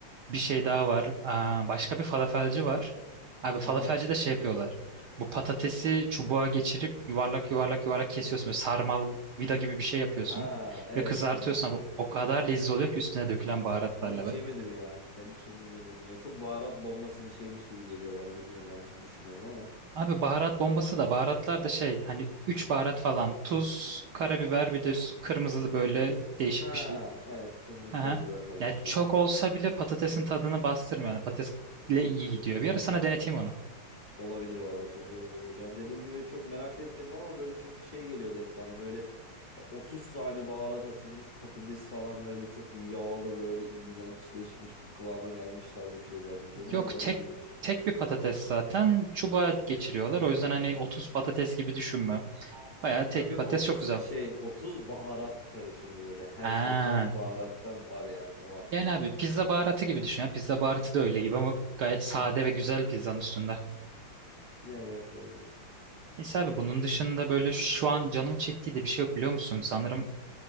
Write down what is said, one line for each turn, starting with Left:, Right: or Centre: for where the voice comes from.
Right: Bir şey daha var. Aa, başka bir falafelci var. Abi falafelci
Left: Aha.
Right: de şey yapıyorlar. Bu patatesi çubuğa geçirip yuvarlak yuvarlak yuvarlak kesiyorsun. Böyle sarmal vida gibi bir şey yapıyorsun.
Left: Ha evet
Right: Ve kızartıyorsun
Left: bildim onu.
Right: abi. O kadar lezzetli oluyor ki üstüne dökülen baharatlarla.
Left: Onu hiç
Right: Böyle-
Left: yemedim ya. Ben hiç yemedim. Ya çok baharat bombası bir şeymiş gibi geliyor bana. Bilmiyorum yanlış mı düşünüyorum ama.
Right: Abi baharat bombası da baharatlar da şey hani 3 baharat falan. Tuz, karabiber bir de üst- kırmızılı böyle değişik
Left: Ha
Right: bir şey.
Left: evet kırmızı
Right: Aha.
Left: toz biber tarzı
Right: Yani
Left: bir şey
Right: çok
Left: büyük
Right: olsa bile patatesin tadını bastırmıyor. Yani patatesle iyi gidiyor.
Left: O zaman
Right: Bir ara sana deneteyim onu.
Left: olabilir vallahi çok iyi olabilir. Yani dediğin gibi çok merak da etmedim ama böyle çünkü şey geliyordu hep bana böyle 30 tane baharat atılmış patates falan böyle çok yağlı böyle iğrençleşmiş bir kıvama gelmiş tarzı bir şey zannediyordum
Right: Yok
Left: ama öyle
Right: tek
Left: değilmiş.
Right: tek bir patates zaten çubuğa geçiriyorlar. O yüzden hani 30 patates gibi düşünme. Bayağı tek
Left: Yok
Right: bir
Left: yok
Right: patates
Left: 30
Right: çok güzel.
Left: şey 30 baharat karışımı böyle her
Right: Ha.
Left: şey her bir baharattan var yani o anlamda
Right: Yani abi
Left: demiştim.
Right: pizza baharatı gibi düşün ya. Pizza baharatı da öyle gibi ama gayet sade
Left: <laughs>
Right: ve güzel pizzanın üstünde.
Left: Yani evet olabilir.
Right: Neyse abi bunun dışında böyle şu an canım çektiği de bir şey yok biliyor musun? Sanırım